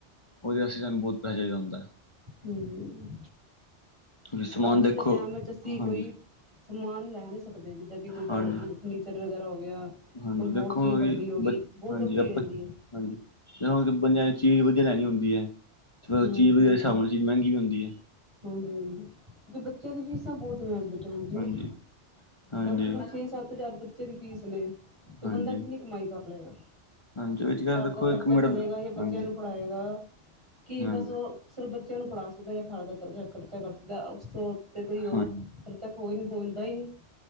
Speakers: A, on the left; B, on the right.
A: ਉਹਦੇ ਵਾਸਤੇ ਸਾਨੂੰ ਬਹੁਤ ਪੈਸਾ ਚਾਹੀਦਾ ਹੁੰਦਾ।
B: ਹੂੰ,
A: ਤੁਸੀਂ ਸਮਾਨ
B: ਅੱਜ
A: ਦੇਖੋ
B: ਦੇ ਟੈਮ ਵਿੱਚ ਅਸੀਂ ਕੋਈ
A: ਹਾਂਜੀ
B: ਸਮਾਨ ਲੈ ਨਹੀਂ ਸਕਦੇ ਜਿੱਦਾਂ ਕਿ ਕੋਈ ਬੈੱਡ
A: ਹਾਂਜੀ
B: ਬੁੱਡ ਫਰਨੀਚਰ ਵਗੈਰਾ ਹੋ ਗਿਆ।
A: ਹਾਂਜੀ
B: ਕੋਈ ਹੋਰ
A: ਦੇਖੋ
B: ਚੀਜ਼ ਵੱਡੀ
A: ਕਿ
B: ਹੋ ਗਈ
A: ਬ
B: ਬਹੁਤ
A: ਹਾਂਜੀ
B: ਔਖੀ
A: ਆਪਾਂ
B: ਹੋ ਜਾਂਦੀ ਹੈ
A: ਹਾਂਜੀ, ਤੇ ਹੁਣ ਬੰਦਿਆਂ ਨੇ ਚੀਜ਼ ਵਧੀਆ ਲੈਣੀ ਹੁੰਦੀ ਹੈ,
B: ਹੂੰ
A: ਚੀਜ਼ ਵਧੀਆ ਸਾਹਮਣੇ ਚੀਜ਼ ਮਹਿੰਗੀ ਵੀ ਹੁੰਦੀ ਹੈ।
B: ਹਾਂਜੀ-ਹਾਂਜੀ, ਕਿਉਂਕਿ ਬੱਚਿਆਂ ਦੀਆਂ ਫੀਸਾਂ ਬਹੁਤ ਨੇ ਅੱਜ ਦੇ ਟਾਈਮ, 'ਚ ਨਾ
A: ਹਾਂਜੀ। ਹਾਂਜੀ
B: ਕਮ ਸੇ ਕਮ ਛੇ ਸੱਤ ਹਜ਼ਾਰ ਬੱਚੇ ਦੀ ਫੀਸ ਨੇ, ਤੇ
A: ਹਾਂਜੀ
B: ਬੰਦਾ ਕਿੰਨੀ ਕਮਾਈ ਕਰ ਲਏਗਾ।
A: ਹਾਂਜੀ ਉਹੀ ਚ ਗੱਲ
B: ਘਰ
A: ਦੇਖੋ
B: ਦਾ ਖ਼ਰਚਾ
A: ਇੱਕ ਮਿੰਟ
B: ਕਰੇਗਾ ਜਾਂ ਬੱਚਿਆਂ
A: ਹਾਂਜੀ
B: ਨੂੰ ਪੜਾਏਗਾ ਕੀ
A: ਹਾਂਜੀ
B: ਬਸ ਉਹ ਸਿਰਫ ਬੱਚਿਆਂ ਨੂੰ ਪੜ੍ਹਾ ਸਕਦਾ ਜਾਂ ਖਾ ਦਾ ਖਰਚਾ ਕਰ ਸਕਦਾ ਉਸ ਤੋਂ ਉੱਤੇ ਕੋਈ ਹੋਰ,
A: ਹਾਂ
B: ਖ਼ਰਚਾ ਕੋਈ ਹੁੰਦਾ ਹੀ ਨੀ।